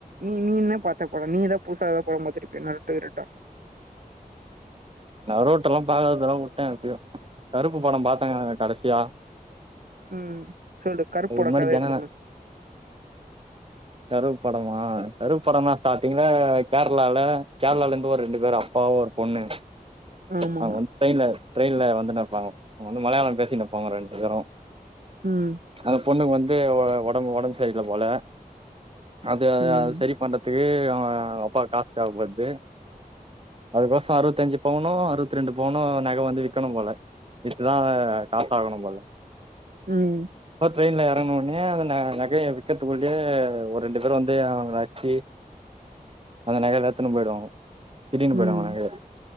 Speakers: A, on the right; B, on the right.
A: நீ நீ என்ன பாத்த நீதா புதுசா எதா பட பாத்திருப்பனு <unintelligible>
B: நா ரோட்டல்லா பாக்ரதெல்லா வுட்டே எப்பயோ கருப்பு பட பாத்தங்க கடைசியா
A: உஹ்ம் சொல்லு கருப்புட
B: அதுக்கு முன்னாடி
A: கதைய
B: ஜனன
A: சொல்லு
B: கருப்படமா கருப்படம்னா ஸ்டார்ட்டிங்ல கேரளால கேரளால இருந்து ஒரு ரெண்டு பேரு அப்பாவு ஒரு பொண்ணு
A: ஆமா
B: அவுங் வந் ட்ரெயின்ல ட்ரெயின்ல வந்தனு பாவ வந்து மலையாளம் பேசினுருப்பாங்க ரெண்டு பேரு
A: உம்
B: அந்த பொண்ணுக்கு வந்து ஒடம்பு ஒடம்பு சரியில போல அது
A: ம்
B: அது சரி பண்றதுக்கு அப்பா காசு தேவபட்து அதுக்கோச அறுத்தஞ்சு பவுனோ அறுத்திரெண்டு பவுனோ நகை வந்து விக்கணு போல வித்துதா காசு ஆகணு போல
A: உம்
B: ட்ரெயினில எறங்கன ஒனே அந்த நகையை விக்கிறதுக்குள்ளயே ஒரு ரெண்டு பேரு வந்து அவங்கள அச்ச அந்த நகையெல்லா எத்துன்னு போயிடுவாங்க திருடினு போய்டுவாங்க
A: ம்
B: நகையை